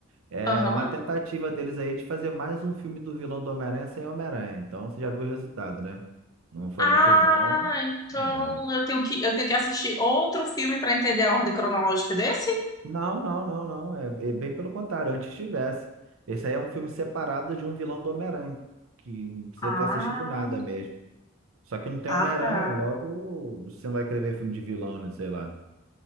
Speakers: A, on the right; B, on the left.
A: É
B: Aham.
A: uma tentativa deles aí de fazer mais um filme do vilão do Homem-Aranha sem Homem-Aranha. Então você já viu o resultado, né? Não foi
B: Ah,
A: muito bom.
B: então
A: né?
B: eu tenho que, eu tenho que assistir outro filme para entender a ordem cronológica desse?
A: Não, não, não, não. É, é bem pelo contrário, antes tivesse. Esse aí é um filme separado de um vilão do Homem-Aranha, que não precisa
B: Ah,
A: ter assistido nada mesmo. Só que não tem
B: ah,
A: Homem-Aranha,
B: tá.
A: logo você não vai querer ver filme de vilão, né? Sei lá.